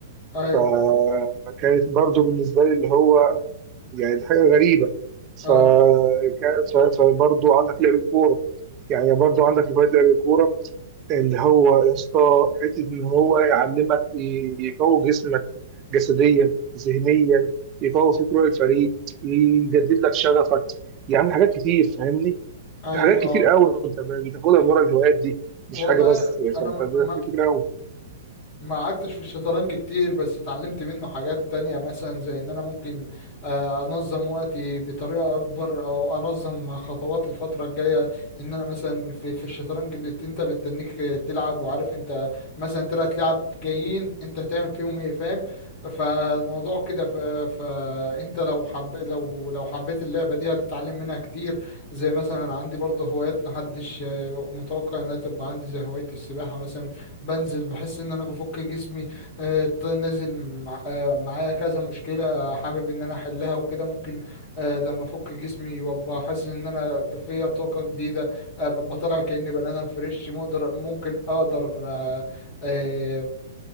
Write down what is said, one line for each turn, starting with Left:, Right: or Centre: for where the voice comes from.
Left: ايوه
Right: ف- كانت برضو بالنسبة لي اللي هو يعني دي حاجه غريبه
Left: اه
Right: ف... ك- ف... فبرضه عندك لعب الكوره يعني برضه عندك هوايه لعب الكوره اللي هو يا اسطى حته ان هو يعلمك ي- يقوي جسمك جسديا ذهنيا يقوي فيك روح الفريق يجدد لك شغفك يعني حاجات كتير فاهمني
Left: ايوه
Right: في حاجات كتير
Left: اه
Right: قوي انت بتاخدها من ورا الهوايات دي مش
Left: والله
Right: حاجه بس يعني فانت
Left: انا ما
Right: حاجات
Left: ما-
Right: كتير قوي
Left: ما قعدتش في الشطرنج كتير بس اتعلمت منه حاجات تانية مثلا زي ان انا ممكن آه، انظم وقتي بطريقة اكبر او انظم خطوات الفترة الجاية ان انا مثلا في, في الشطرنج بت انت بتتنيك تلعب وعارف انت مثلا تلات لعب جايين انت هتعمل فيهم ايه فاهم فالموضوع كده ف... فانت لو حب لو لو حبيت اللعبة دي هتتعلم منها كتير زي مثلا عندي برضه هوايات محدش آه، متوقع انها تبقى عندي زي هواية السباحة مثلا بنزل بحس ان انا بفك جسمي آه، ط- نازل مع- آه، معايا كذا مشكلة حابب ان انا احلها وكده ممكن آه، لما افك جسمي وابقى حاسس ان انا فيا طاقة جديدة آه، ببقى طالع كأني بني ادم فريش مقدر ممكن اقدر آه، آه،